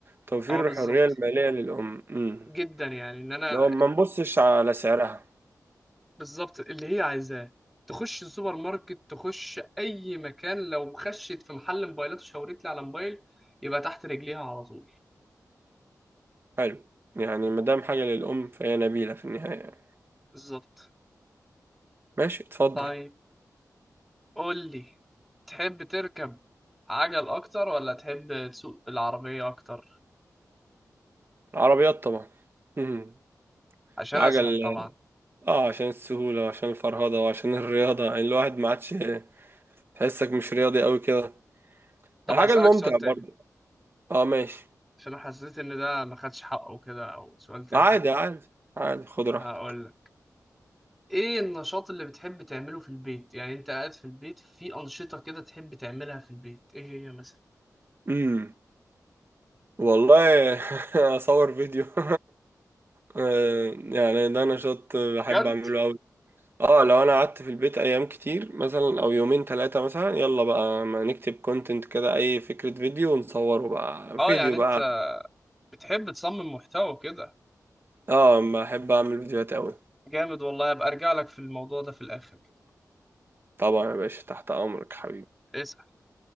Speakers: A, on the right; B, in the centre.
A: توفير
B: اه بالظبط
A: الحرية المالية للأم امم
B: جدا يعني ان انا
A: لو ما نبصش على سعرها
B: بالظبط اللي هي عايزاه تخش السوبر ماركت تخش اي مكان لو خشت في محل موبايلات وشاورت لي على موبايل يبقى تحت رجليها على طول
A: حلو يعني ما دام حاجة للأم فهي نبيلة في النهاية يعني.
B: بالظبط
A: ماشي اتفضل
B: طيب قول لي تحب تركب عجل اكتر ولا تحب تسوق العربية اكتر
A: العربيات طبعا امم
B: عشان
A: العجل
B: اسهل طبعا
A: اه عشان السهولة وعشان الفرهدة وعشان الرياضة يعني الواحد ما عادش تحسك مش رياضي قوي كده
B: طب
A: الحاجة
B: هسألك
A: الممتعة
B: سؤال تاني
A: برضه اه ماشي
B: عشان حسيت ان ده ما خدش حقه كده او سؤال تافه
A: عادي عادي عادي خد
B: هقول
A: راحتك
B: لك ايه النشاط اللي بتحب تعمله في البيت يعني انت قاعد في البيت في انشطة كده تحب تعملها في البيت ايه هي مثلا
A: امم والله <laughs> اصور فيديو <laughs> آه، يعني ده نشاط بحب
B: بجد
A: اعمله قوي اه لو انا قعدت في البيت ايام كتير مثلا او يومين ثلاثة مثلا يلا بقى ما نكتب كونتنت كده اي فكرة فيديو ونصوره بقى
B: اه
A: فيديو
B: يعني
A: بقى
B: انت بتحب تصمم محتوى كده
A: اه بحب اعمل فيديوهات قوي
B: جامد والله ابقى ارجع لك في الموضوع ده في الاخر كده
A: طبعا يا باشا تحت امرك حبيبي
B: اسأل